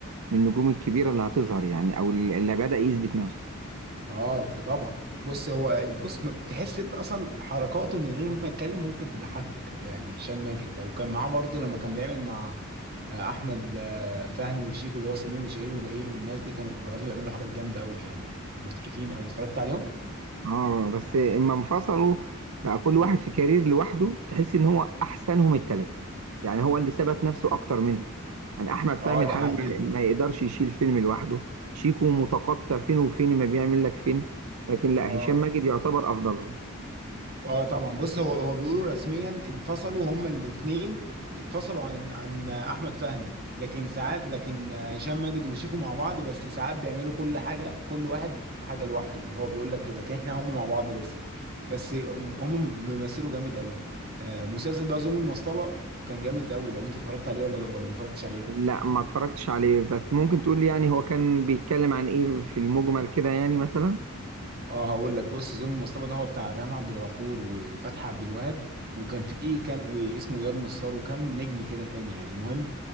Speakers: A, on the right; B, on the right.
A: من النجوم الكبيرة اللي هتظهر يعني او اللي بدأ يثبت نفسه
B: اه طبعا بص هو بص م- تحس انت اصلا حركاته من غير ما يتكلم ممكن تضحكك يعني هشام ماجد ده وكان معاه برضه لما كان بيعمل مع آه، احمد آه، فهمي وشيكو اللي هو سمير وشهير وبهير والناس دي كانوا برضه بيعملوا حاجات جامده قوي يعني مضحكين او اتفرجت عليهم
A: اه بس اما انفصلوا بقى كل واحد في كارير لوحده تحس ان هو احسنهم التلاتة يعني هو اللي ثبت نفسه اكتر منهم يعني احمد فهمي
B: اه ده
A: الحالة
B: حقيقي
A: ما ما يقدرش يشيل فيلم لوحده شيكو متقطع فين وفين ما بيعمل لك فيلم لكن لا
B: اه
A: هشام ماجد يعتبر افضلهم
B: اه طبعا بص هو هو بيقولوا رسميا انفصلوا هما الاثنين اتفصلوا عن عن احمد فهمي لكن ساعات لكن هشام ماجد وشيكو مع بعض بس ساعات بيعملوا كل حاجه كل واحد حاجه لوحده هو بيقول لك كده لكن احنا هما مع بعض لسه بس هم بيمثلوا جامد قوي آه، مسلسل بقى ظلم المصطبه كان جامد قوي لو انت اتفرجت عليه ولا ولا ما اتفرجتش عليه
A: لا ما اتفرجتش عليه بس ممكن تقول لي يعني هو كان بيتكلم عن ايه في المجمل كده يعني مثلا
B: اه هقول لك بص ظلم المصطبه ده هو بتاع ريهام عبد الغفور وفتحي عبد الوهاب وكان فيه كام واسمه اياد نصار وكام نجم كده تاني يعني المهم